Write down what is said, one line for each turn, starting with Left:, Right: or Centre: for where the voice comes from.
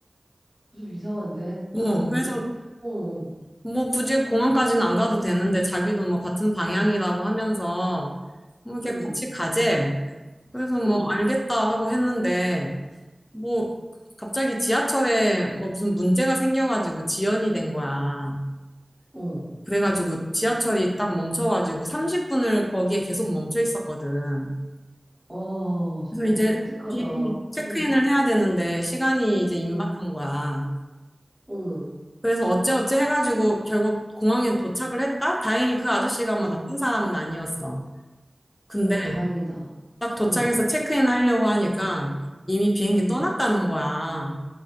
Centre: 좀 이상한데
Left: 어,
Centre: 기분이?
Left: 그래서
Centre: 어, 어,
Left: 뭐 굳이 공항까지는 안 가도 되는데 자기도 뭐 같은 방향이라고 하면서 뭐 이렇게
Centre: 응,
Left: 같이 가재. 그래서 뭐
Centre: 응,
Left: 알겠다 하고 했는데 뭐 갑자기 지하철에 뭐 무슨 문제가 생겨가지고 지연이 된 거야.
Centre: 어,
Left: 그래가지고 지하철이 딱 멈춰가지고 30분을 거기에 계속 멈춰 있었거든.
Centre: 어, 정말
Left: 그래서 이제
Centre: 끔찍하다.
Left: 비행기 체크인을
Centre: 응,
Left: 해야 되는데 시간이 이제 임박한
Centre: 응,
Left: 거야.
Centre: 어,
Left: 그래서 어째어째 해가지고 결국 공항에 도착을 했다? 다행히 그 아저씨가 뭐
Centre: 응,
Left: 나쁜 사람은 아니었어. 근데
Centre: 어, 다행이다.
Left: 딱 도착해서
Centre: 어,
Left: 체크인 하려고 하니까 이미 비행기
Centre: 응,
Left: 떠났다는 거야.